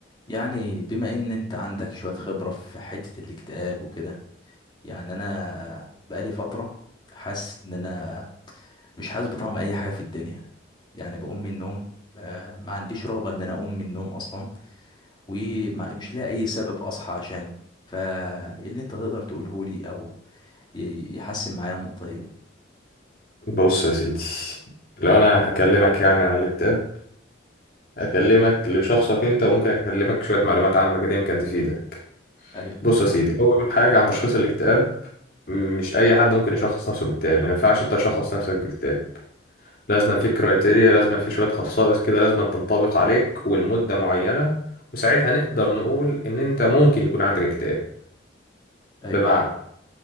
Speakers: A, on the left (about 25°); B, on the left (about 50°).
A: يعني بما ان انت عندك شوية خبرة في حتة الاكتئاب وكده يعني انا بقالي فترة حاسس ان انا مش حاسس بطعم اي حاجة في الدنيا يعني بقوم من النوم آه، ما عنديش رغبة ان انا اقوم من النوم اصلا ومش لاقي اي سبب اصحى عشانه فايه اللي انت تقدر تقوله لي او ي- يحسن معايا النقطة دي
B: بص يا سيدي لو انا هكلمك يعني على الكتاب هكلمك لشخصك انت وممكن اكلمك شويه معلومات عامه كده يمكن تفيدك
A: ايوه
B: بص يا سيدي اول حاجه عن تشخيص الاكتئاب مش اي حد ممكن يشخص نفسه باكتئاب ما ينفعش انت تشخص نفسك باكتئاب لازم في كرايتيريا لازم في شويه خصائص كده لازم تنطبق عليك ولمده معينه وساعتها نقدر نقول ان انت ممكن يكون عندك اكتئاب
A: ايوه
B: بمعنى